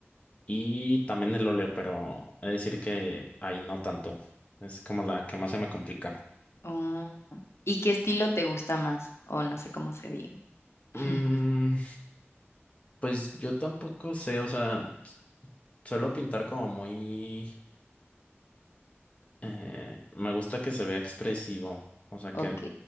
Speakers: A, on the left; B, on the left.
A: y también el óleo, pero es decir que ahí no tanto. Es como la que más se me complica.
B: Oh, ¿Y qué estilo te gusta más? O no sé cómo se diga. <laughs>
A: Mm, pues yo tampoco sé, o sea. Suelo pintar como muy... eh, me gusta que se vea expresivo, o sea
B: Ok,
A: que